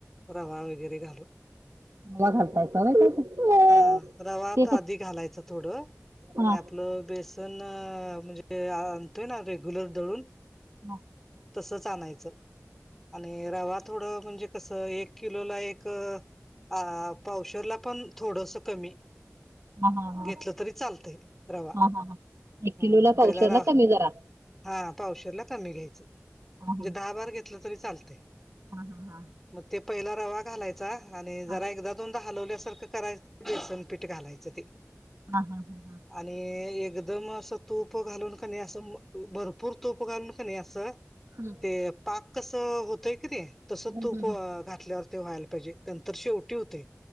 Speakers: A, in the centre; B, on the right (about 65°).
A: रवा वगैरे घालून.
B: रवा घालतायसा व्हय त्यात?
A: हा रवा
B: ते
A: त आधी
B: कस
A: घालायच थोड.
B: हा
A: आणि आपलं बेसन म्हणजे आणतोय ना रेग्युलर दळून
B: हा
A: तसच आणायच. आणि रवा थोडं म्हणजे कस एक किलोला एक हा पावशेरला पण थोडस कमी.
B: हा हा हा
A: घेतलं तरी चालतय. रवा
B: हा हा हा एक
A: हम्म
B: किलोला
A: पहिला
B: पावशेर
A: रा
B: ना कमी जरा
A: हा पावशला कमी घ्यायचं. म्हणजे
B: हा
A: दहा बारा घेतल तरी चालतय.
B: हा हा हा
A: मग ते पहिला रवा घालायचा. आणि जरा
B: हा
A: एकदा दोनदा हालवल्यासारख करायच बेसनपीठ घालायच ते.
B: हा हा हा हा
A: आणि एकदम असं तूप घालून क नाही असं भरपूर तुप घालून क नाही असं
B: हम्म
A: ते पाक कस होतय कि ते तसं
B: हम्म
A: तूप
B: हम्म
A: घातल्यावर
B: हम्म.
A: ते व्हायला पाहिजे. नंतर शेवटी होतय.